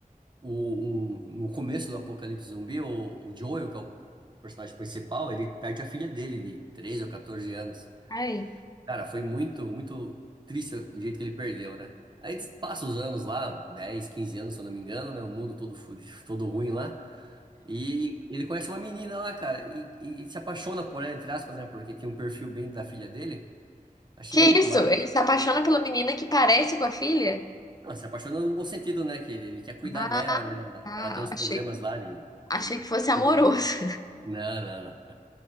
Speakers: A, on the right (about 30°); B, on the left (about 25°).
A: um- no começo do Apocalipse Zumbi, o, o Joel, que é o personagem principal, ele perde a filha dele de 13 ou 14 anos.
B: Ai.
A: Cara, foi muito, muito triste o jeito que ele perdeu, né? Aí des- passa os anos lá, 10 15 anos, se eu não me engano, né? O mundo todo fudido, <laughs> todo ruim lá. E ele conhece uma menina lá, cara, e, e se apaixona por ela, entre aspas, né? Porque tinha um perfil bem da filha dele. Achei
B: Que
A: muito
B: isso?
A: massa.
B: Ele se apaixona pela menina que parece com a filha?
A: Não, se apaixona no bom sentido, né? Que ele, ele quer cuidar
B: Ah,
A: dela, né? Ela
B: tá.
A: ela tem os
B: achei,
A: problemas lá de,
B: achei
A: de
B: que fosse amoroso.
A: sobrevivência. Não, não, não. <laughs>